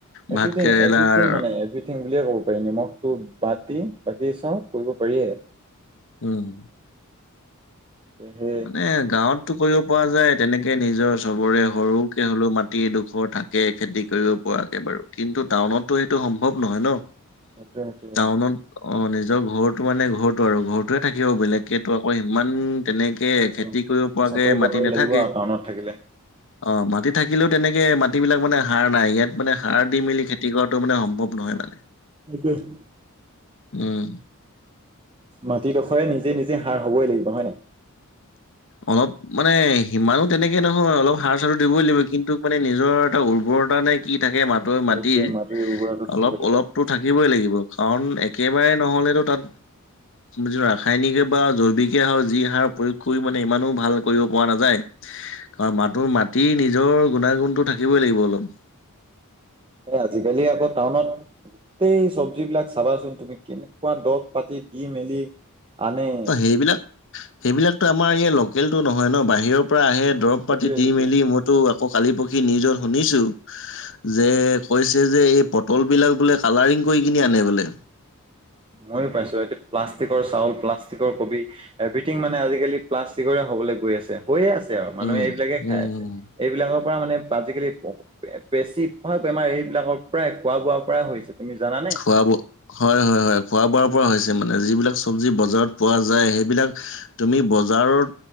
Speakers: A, on the right (about 25°); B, on the left (about 60°).
A: এভিৰিথিং
B: ভাত কেৰেলাৰ
A: এভিৰিথিং মানে এভিৰি থিং বুলিয়ে ক'ব পাৰি নিমখটো বাতি বাকী চব কৰিব পাৰিয়ে।
B: উম।
A: এ হে
B: মানে গাঁৱতটো কৰিব পৰা যায় তেনেকে নিজৰ চবৰে সৰুকে হ'লেও মাটিডোখৰ থা কে খেতি কৰিব পৰাকে বাৰু কিন্তু টাউনতো সেইটো সম্ভৱ নহয় ন।
A: সেইটোৱে সেইটোৱে
B: টাউনত অ', নিজৰ ঘৰটো মানে ঘৰটো আৰু ঘৰ টোৱে থাকিব বেলেগকেতো আকৌ ইমান তেনেক কে
A: সেইটোৱেতো।
B: খেতি কৰিব পৰাকে
A: চাকৰি বাকৰি
B: মাটি নাথাকে।
A: লাগিব আৰু টাউনত থাকিলে
B: অ মাটি থাকিলেও তেনেকে মাটিব বিলাক মানে সাৰ নাই ইয়াত মানে সাৰ দি মেলি খেতি কৰাটো মানে সম্ভৱ নহয় মানে।
A: সেইটোৱে
B: উম।
A: মাটিডোখৰে নিজে নিজে সাৰ হবই লাগিব হয় নাই?
B: অলপ মানে সিমানো তেনেকে নহয় অলপ সাৰ চাৰো দিবই লাগিব কিন্তু মানে নিজৰ এটা উৰ্বৰতা নে কি থাকে মাটো মাটিৰ
A: এইটোৱে উৰ্বৰতা থাকিব
B: অলপ
A: লাগিব।
B: অলপটো থাকিবই লাগিব কাৰণ একেবাৰে নহ'লেতো তাত যিটো ৰাসায়নিকে বা জৈৱিকে হওঁক যি সাৰ প্ৰয়োগ কৰি মানে ইমানো ভাল কৰিব পৰা নাযায়। কাৰণ মাটোৰ মাটি নিজৰ গুণাগুণটো থাকিবই লাগিব অলপ।
A: এ আজিকালি আকৌ টাউনত গোটেই চবজি বিলাক চাবাচোন তুমি। কেনেকুৱা দৰৱ পাতি দি মেলি আনে
B: ত সেইবিলাক সেইবিলাকতো আমাৰ ইয়াৰ লোকেলটো নহয় ন বাহিৰৰ পৰা আহে
A: অ
B: দৰব
A: সেইটোৱে
B: পাতি দি
A: সেইটোৱে
B: মেলি মইতো আকৌ কালি, পৰহী নিউজত শুনিছো যে- কৈছে যে এই পটল বিলাক বোলে কালাৰিং কৰি কিনি আনে বোলে।
A: মইও পাইছো, এতিয়া প্লাষ্টিকৰ চাউল, প্লাষ্টিকৰ কবি- এভিৰিথিং মানে আজিকালি প্লাষ্টিকৰে হ'বলৈ গৈ আছে, হৈয়ে আছে আৰু মানুহে
B: উম
A: এইবিলাকে খাই
B: উম
A: আছে। এইবিলাকৰ পৰা মানে আজিকালি - বেছিভাগ বেমাৰ এইবিলাকৰ পৰাই খোৱা-বোৱাৰ পৰাই হৈছে তুমি জানানে।
B: খোৱা-বোৱা, হয়-হয়-হয়। খোৱা-বোৱাৰ পৰা হৈছে মানে যিবিলাক চব্জি বজাৰত পোৱা যায় সেইবিলাক- তুমি বজাৰত